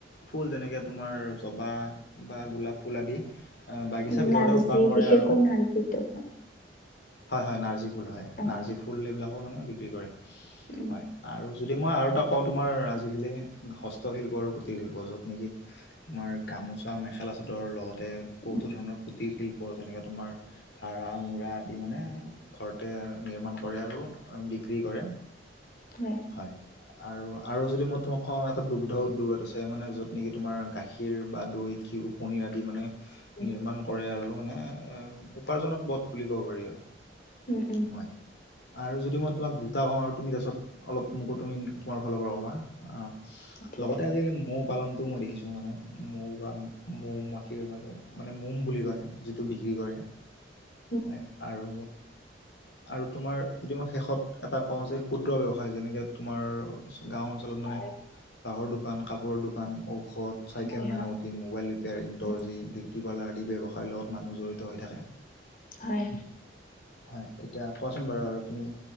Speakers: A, on the left; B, on the left.
A: ফুল যেনেকে তোমাৰ জবা বা গোলাপ ফুল আদি বাগিচাৰ
B: উম
A: ভিতৰতে
B: নাৰ্জী
A: উৎপাদন কৰে
B: বিশেষকৈ
A: আৰু
B: নাৰ্জীটো হয়
A: হয় হয় নাৰ্জী ফুল হয়
B: অ
A: নাৰ্জী ফুল এইবিলাকো মানে বিক্ৰী কৰে
B: উম
A: হয় আৰু যদি মই আৰু এটা কওঁ তোমাৰ আজিকালি হস্তশিল্প আৰু কুটিৰ শিল্প য'ত নেকি তোমাৰ গামোচা, মেখেলা চাদৰ লগত তাতে বহুতো
B: উম,
A: ধৰণৰ কুটিৰ শিল্প যেনেকে তোমাৰ ধাৰা, মূঢ়া আদি মানে ঘৰতে নিৰ্মাণ কৰে আৰু বিক্ৰী কৰে
B: হয়
A: হয় আৰু আৰু যদি মই তোমাক কওঁ এটা দুগ্ধ উদ্যোগ ইয়াত আছে মানে য'ত নেকি তোমাৰ গাখীৰ বা দৈ ঘিঁউ পনীৰ আদি মানে
B: উম
A: নিৰ্মাণ কৰে আৰু মানে উপাৰ্জক পথ বুলি ক'ব পাৰি আৰু
B: উম উম
A: হয় আৰু যদি মই তোমাক দুটা কওঁ আৰু তুমি তাৰপিছত অলপ মোকো তুমি তোমাৰ ফালৰ পৰা ক'বা অ
B: ঠিক
A: লগতে
B: আছে
A: আজিকালি মৌ পালনটোও মই দেখিছোঁ মানে মৌ বা মৌ মাখিৰ বাবে মানে মৌম বুলি কয় যিটো বিক্ৰী কৰে
B: <inaudible>
A: হয় আৰু আৰু তোমাৰ যদি মই শেষত এটা কওঁ যে ক্ষুদ্ৰ ব্যাৱসায়ি যেনেকে তোমাৰ গাওঁ অঞ্চলত
B: হয়
A: মানে চাহৰ দোকান, কাপোৰৰ দোকান, ঔষধ, চাইকেল
B: হয়
A: মেৰা
B: হয়
A: মত মোবাইল ৰিপেয়াৰং,
B: উম,
A: দৰ্জি, বিউটি পাৰ্লাৰ আদি ব্যৱসায় লগত মানুহ জড়িত হৈ থাকে
B: হয়
A: হয় এতিয়া কোৱাচোন বাৰু আৰু তুমি